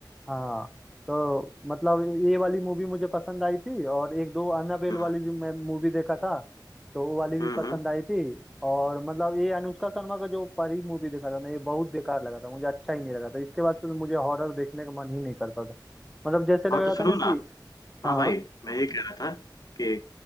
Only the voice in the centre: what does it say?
हाँ तो मतलब ये वाली मूवी मुझे पसंद आई थी और एक दो अन्नाबेल
वाली भी मैं मूवी देखा था तो वो वाली भी
पसंद
आई थी और मतलब ये अनुष्का शर्मा का जो परी मूवी देखा था ना ये बहुत बेकार लगा था मुझे अच्छा ही नहीं लगा था इसके बाद से तो मुझे हॉरर देखने का मन ही नहीं करता था मतलब जैसे लग
रहा
था ना
कि
हाँ